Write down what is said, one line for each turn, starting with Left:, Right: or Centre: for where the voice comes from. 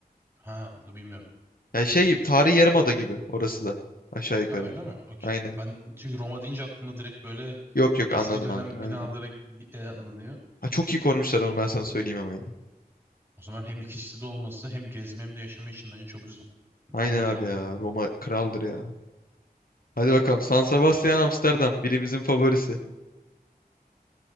Right: Ha onu bilmiyorum.
Left: Yani şey gibi, tarihi yarımada gibi orası da. Aşağı yukarı.
Right: Ha öyle mi? Okey.
Left: Aynen.
Right: Ben çünkü Roma deyince aklımda direkt böyle
Left: Yok yok
Right: eski
Left: anladım
Right: dönem
Left: anladım. Aynen.
Right: binaları e, anlanıyor.
Left: Ha, çok iyi korumuşlar onu ben sana söyleyeyim ama ya.
Right: O zaman hem ikisi de olması hem gezme hem de yaşama için bence çok güzel.
Left: Aynen
Right: Roma
Left: abi
Right: derim
Left: ya.
Right: ya.
Left: Roma kraldır ya. Hadi bakalım. San Sebastian Amsterdam. Birimizin favorisi.